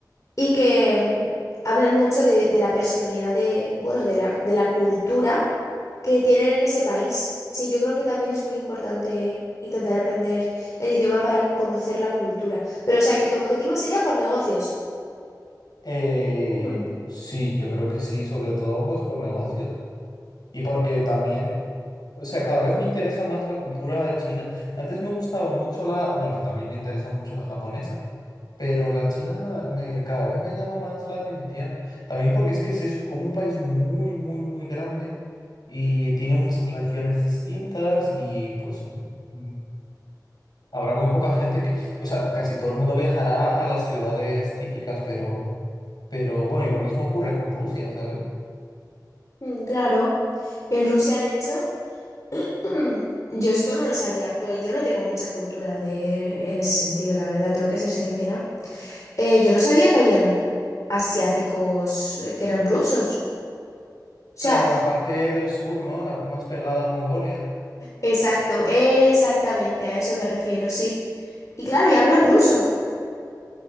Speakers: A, on the left; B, on the left.
A: y que em, hablan mucho de, de la personalidad de, bueno, de la, de la cultura que tienen en ese país. Sí, yo creo que también es muy importante intentar aprender el idioma para conocer la cultura, pero o sea que tu objetivo sería por negocios.
B: Eh,
A: Ujú.
B: sí, yo creo que sí, sobre todo pues por negocios. Y porque también, o sea, cada vez me interesa más la cultura de China. Antes me gustaba mucho la, bueno, que también me interesa mucho la japonesa, pero la china me, cada vez me llama más la atención. También porque es que es eso, es como un país muy, muy, muy grande y tiene muchas regiones distintas y pues mm, habrá muy poca gente que, o sea, casi todo el mundo viajará a las ciudades típicas, pero, pero bueno, y lo mismo ocurre con Rusia, ¿sabes?
A: Mm, Claro. En Rusia, de hecho, <clears throat> yo esto no lo sabía, pues yo no tengo mucha cultura de, en ese sentido, la verdad, tengo que ser sincera. Eh, yo no sabía que habían asiáticos eh, que eran rusos. O
B: Claro,
A: sea,
B: aparte del sur, ¿no? La más pegada a Mongolia.
A: exacto, exactamente, a eso me refiero, sí. Y claro, y hablan ruso.